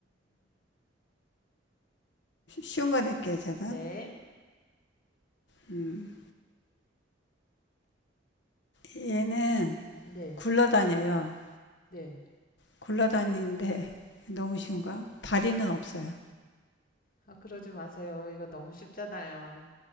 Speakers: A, on the left; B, on the left.
A: 쉬- 운 거 낼게요, 저는.
B: 네.
A: 음, 얘는
B: 네.
A: 굴러다녀요.
B: 네.
A: 굴러다니는데 너무 쉬운 거야? 다리는 없어요.
B: 아, 그러지 마세요. 이거 너무 쉽잖아요.